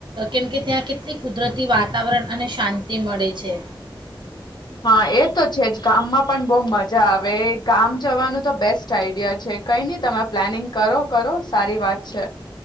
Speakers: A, on the right (about 65°); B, on the left (about 60°).
A: કેમકે ત્યાં કેટલી કુદરતી વાતાવરણ અને શાંતિ મળે છે
B: હા એ તો છેજ ગામમાં પણ બોહ મજા આવે ગામ જવાનું તો બેસ્ટ આઈડિયા છે કઈ નહી તમે પ્લાનિંગ કરો કરો સારી વાત છે